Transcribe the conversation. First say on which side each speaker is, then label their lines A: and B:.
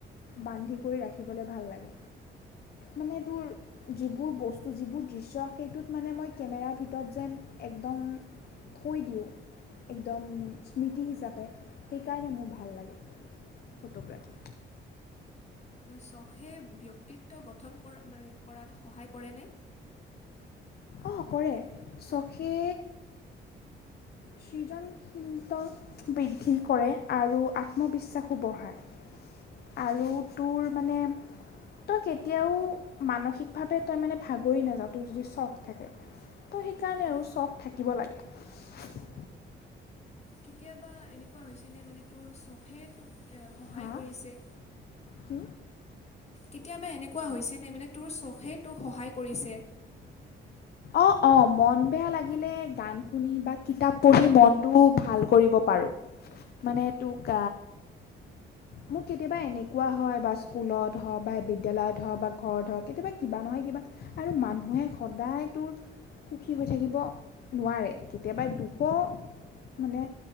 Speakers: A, on the left (about 50°); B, on the left (about 35°).
A: বান্ধি কৰি ৰাখিবলৈ ভাল লাগে মানে তোৰ যিবোৰ বস্তু যিবোৰ দৃশ্য সেইটোত মানে মই কেমেৰাৰ ভিতৰত যেন একদম থৈ দিওঁ একদম স্মৃতি হিচাপে সেইকাৰণে মোৰ ভাল লাগে। ফটোগ্ৰাফী
B: চখে ব্যক্তিত্ব গঠন কৰাত সহায় কৰেনে,
A: অ' কৰে চখে সৃজনশীলতা বৃদ্ধি কৰে আৰু আত্মবিশ্বাসো বঢ়ায় আৰু তোৰ মানে তই কেতিয়াও মানসিকভাৱে তই মানে ভাগৰি নাযাওঁ তোৰ যদি চখ থাকে, ত' সেইকাৰণে
B: হয়
A: আৰু চখ থাকে শিকিব লাগে
B: কেতিয়াবা এনেকুৱা হৈছে ন মানে তোৰ চখে তোক সহায়
A: হা
B: কৰিছে
A: কি?
B: কেতিয়াবা এনেকুৱা হৈছেনে মানে তোৰ চখে তোক সহায় কৰিছে।
A: অ', অ', মন বেয়া লাগিলে গান শুনি বা কিতাপ পঢ়ি মনটো ভাল কৰিব পাৰোঁ। মানে তোক, মোৰ কেতিয়াবা এনেকুৱা হয় বা স্কুলত হওক বা বিদ্যালয়ত হওক বা ঘৰত হওক কেতিয়াবা কিবা নহয় কিবা আৰু মানুহে সদায় তোৰ সুখী হৈ থাকিব নোৱাৰে। কেতিয়াবা দুক মানে